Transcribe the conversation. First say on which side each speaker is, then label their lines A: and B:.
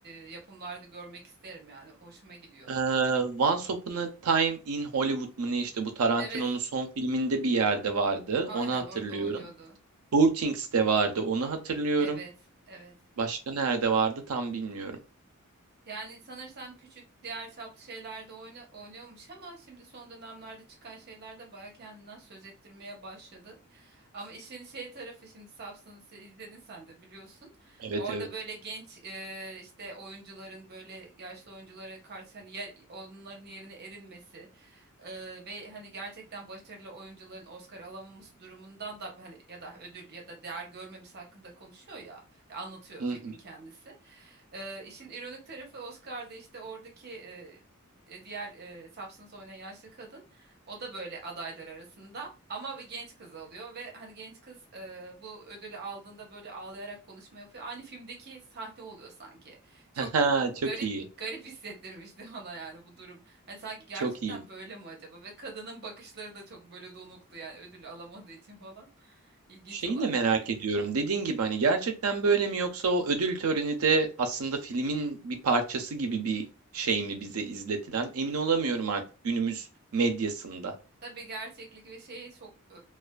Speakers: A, on the right; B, on the right.
A: e, yapımlarda görmek isterim yani. Hoşuma gidiyor.
B: Ee, Once Upon a Time in Hollywood mu ne işte bu Tarantino'nun
A: Evet,
B: son filminde bir yerde vardı.
A: aynen
B: Onu hatırlıyorum.
A: orada oynuyordu.
B: Poor Things'te vardı. Onu hatırlıyorum.
A: Evet, evet.
B: Başka nerede vardı tam bilmiyorum.
A: Yani sanırsam küçük diğer çaplı şeylerde oyna, oynuyormuş ama şimdi son dönemlerde çıkan şeyler de baya kendinden söz ettirmeye başladı. Ama işin şey tarafı şimdi Substance'ı izledin sen de biliyorsun.
B: Evet
A: Orada
B: evet.
A: böyle genç e, işte oyuncuların böyle yaşlı oyunculara karşı hani yer- onların yerini edinmesi ee, ve hani gerçekten başarılı oyuncuların Oscar alamaması durumundan da hani ya da ödül ya da değer görmemesi hakkında konuşuyor ya, ya anlatıyor
B: Hı
A: filmin
B: hı.
A: kendisi.
B: <laughs>
A: Ee, işin ironik tarafı Oscar'da işte oradaki e, e, diğer e, Substance oynayan yaşlı kadın o da böyle adaylar arasında ama bir genç kız alıyor ve hani genç kız e, bu ödülü aldığında böyle ağlayarak konuşma yapıyor. Aynı filmdeki sahne oluyor sanki. Çok
B: Ha, ha, Çok
A: garip
B: iyi.
A: garip hissettirmişti <laughs> bana yani bu durum. Hani sanki gerçekten
B: Çok iyi.
A: böyle mi acaba? Ve kadının bakışları da çok böyle donuktu yani ödül alamadığı için falan. İlginç
B: Şeyi
A: olay.
B: de merak ediyorum. Dediğin gibi hani gerçekten böyle mi yoksa o ödül töreni de aslında filmin bir parçası gibi bir şey mi bize izletilen? Emin olamıyorum artık günümüz medyasında.
A: Tabii gerçeklik ve şeyi çok e,